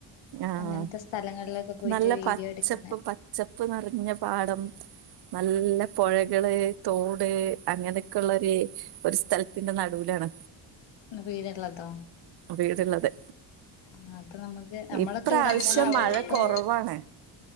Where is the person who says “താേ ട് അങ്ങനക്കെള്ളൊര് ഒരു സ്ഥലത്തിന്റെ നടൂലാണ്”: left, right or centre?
Right